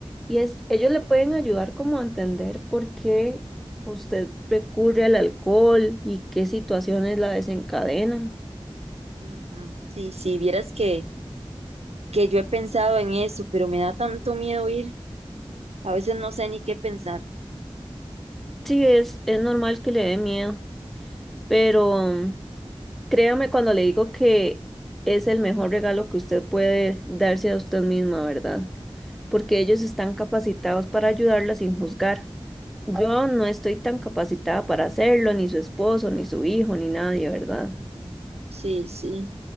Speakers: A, in the centre; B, on the right.
A: y es, ellos le pueden ayudar como a entender por qué usted recurre al alcohol y qué situaciones la desencadenan.
B: Ujú. Sí, sí, vieras que, que yo he pensado en eso, pero me da tanto miedo ir. A veces no sé ni qué pensar.
A: Sí, es, es normal que le dé miedo, pero... Créame cuando le digo que es el mejor regalo que usted puede darse a usted misma, ¿verdad? Porque ellos están capacitados para ayudarla sin juzgar. Yo no estoy tan capacitada para hacerlo, ni su esposo, ni su hijo, ni nadie, ¿verdad?
B: Mm. Sí, sí.